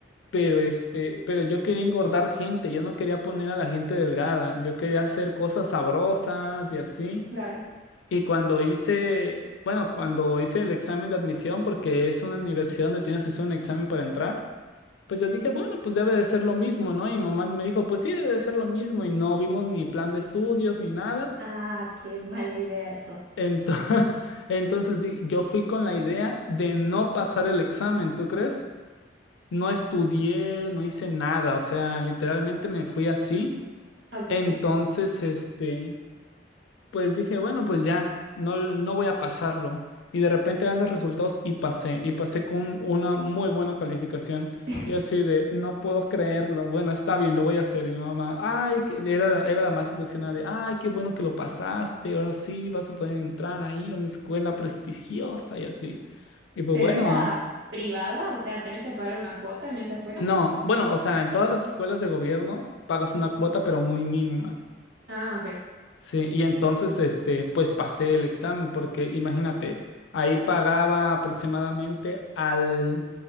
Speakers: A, on the left (about 75°); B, on the right (about 70°).
A: pero este, pero yo quería engordar gente, yo no quería poner a la gente delgada, yo quería hacer cosas sabrosas y así.
B: claro.
A: Y cuando hice, bueno, cuando hice el examen de admisión, porque es una universidad donde tienes que hacer un examen para entrar. Pues yo dije, bueno, pues debe de ser lo mismo, ¿no? Y mi mamá me dijo, pues sí, debe de ser lo mismo. Y no vimos ni plan de estudios ni nada.
B: Ah, qué mala idea eso.
A: Ento- <laughs> Entonces, di- yo fui con la idea de no pasar el examen, ¿tú crees? No estudié, no hice nada, o sea, literalmente me fui así.
B: Ok,
A: Entonces, este... pues dije, bueno, pues ya, no, no voy a pasarlo. Y de repente dan los resultados y pasé, y pasé con una muy buena calificación.
B: <laughs>
A: Y así de, no puedo creerlo, bueno, está bien, lo voy a hacer. Y mi mamá, ay, que- era, era la más ilusionada de, ay, qué bueno que lo pasaste, ahora sí vas a poder entrar ahí, una escuela prestigiosa y así. Y pues
B: pero
A: bueno,
B: era
A: ah,
B: privada, o sea, ¿tenés que pagar una cuota en esa escuela?
A: No, bueno, o sea, en todas las escuelas de gobierno pagas una cuota, pero muy mínima.
B: Ah, ok.
A: Sí, y entonces, este, pues pasé el examen, porque imagínate, ahí pagaba aproximadamente al,